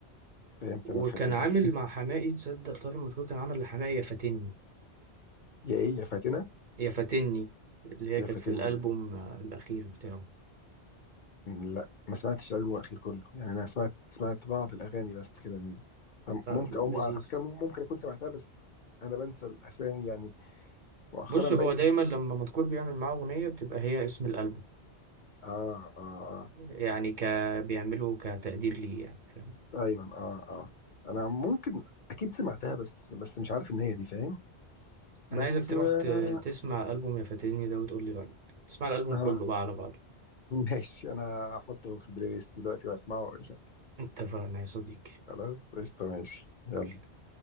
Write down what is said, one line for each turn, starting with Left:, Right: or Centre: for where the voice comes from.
Left: فهمت
Right: وكان
Left: انا الحته
Right: عامل
Left: دي <laughs>
Right: مع حماقي تصدق طارق مدحور كان عامل لحماقي يا فاتني
Left: يا ايه يا فاتنه
Right: يا فاتني اللي هي
Left: يا
Right: كانت
Left: فاتن
Right: في الألبوم الأخير بتاعه
Left: م، لا ما سمعتش الالبوم الاخير كله يعني انا سمعت سمعت بعض الاغاني بس كده من
Right: لذيذ
Left: ممكن او على فكره مم- ممكن اكون سمعتها بس انا بنسى الاسامي يعني مؤخرا
Right: بص
Left: بقيت
Right: هو دايما لما مذكور بيعمل معاه أغنية بتبقى هي اسم الألبوم
Left: اه اه
Right: يعني ك بيعمله كتقدير ليه يعني فاهم
Left: اه ايوه اه اه انا ممكن اكيد سمعتها بس بس مش عارف ان هي دي فاهم بس
Right: أنا عايزك تروح
Left: آه
Right: ت... تسمع ألبوم يا فاتني ده وتقول لي رأيك تسمع الألبوم
Left: آه،
Right: كله بقى على بعضه
Left: ماشي انا هحطه في البلاي ليست دلوقتي واسمعه واقول لك
Right: اتفقنا يا صديقي
Left: خلاص قشطه ماشي يلا
Right: قول